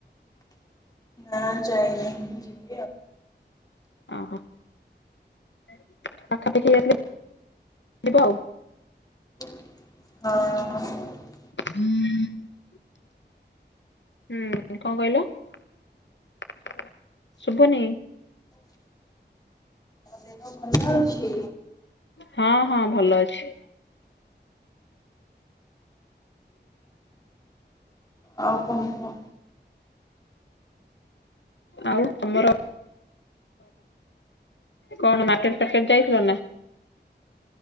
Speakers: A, on the left; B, on the left.
A: ନା ଯାଇନି ଯି
B: ଓହୋ <unintelligible> ପାଖାପାଖି <unintelligible> ଯିବ ଆଉ।
A: ହଁ।
B: <inaudible> ହୁଁ କଣ କହିଲ? <inaudible> ଶୁଭୁନି।
A: ଦେହ ଭଲ ଅଛି
B: ହଁ ହଁ ଭଲ ଅଛି
A: ଆ କ କ
B: ଆଉ ତମର କଣ ମାର୍କେଟାର୍କେଟ ଯାଇଥିଲ ନା